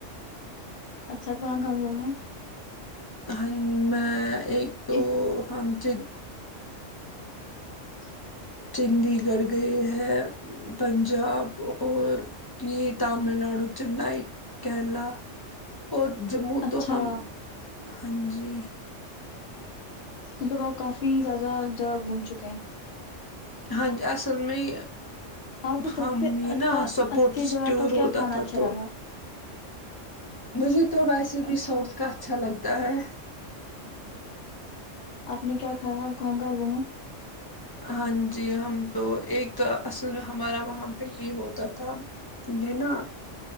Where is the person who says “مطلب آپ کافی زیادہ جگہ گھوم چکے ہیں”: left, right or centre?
Left